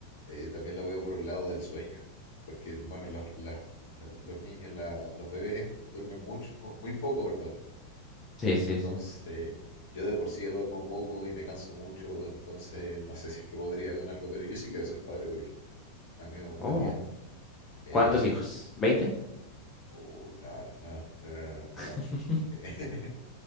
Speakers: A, on the left; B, on the left.
A: eh, también lo veo por un lado del sueño, porque, bueno, los, las- la- los niños, la- los bebés duermen mucho, muy poco, perdón.
B: Sí,
A: Entonces,
B: sí, sí.
A: yo de por sí duermo poco y me canso mucho, entonces no sé si es que podría con algo, pero yo sí quiero ser padre, por ejemplo. A mí me gustaría.
B: Oh.
A: Eh,
B: ¿Cuántos hijos? ¿20?
A: uy, no, no, no, no, no, no,
B: <laughs>
A: no tanto. <laughs>